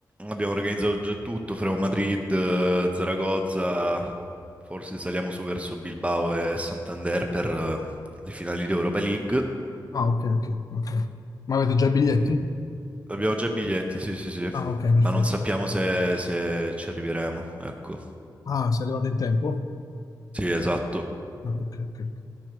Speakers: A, on the right; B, on the left.
A: abbiamo organizzato già tutto, faremo Madrid, eh, Zaragoza, forse saliamo su verso Bilbao e Santander per eh, le finali di Europa League.
B: Ah, ok, ok, ok. Ma avete già i biglietti?
A: Eh, Abbiamo già i biglietti, sì, sì, sì,
B: Ah, ok, perfetto,
A: ma non sappiamo
B: perfetto.
A: se, se ci arriveremo, ecco.
B: Ah, sei arrivato in tempo?
A: Sì, esatto.
B: Ah, ok, ok. ok.